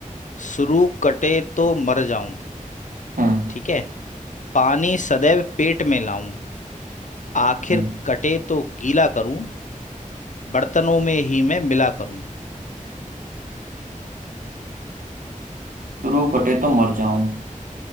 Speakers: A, on the left (about 65°); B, on the right (about 80°).
A: शुरू कटे तो मर जाऊं
B: हम्म
A: ठीक है पानी सदैव पेट में लाऊं आखिर
B: हम्म
A: कटे तो गीला करूं बर्तनों में ही मैं मिला करूं
B: शुरू बटे तो मर जाऊं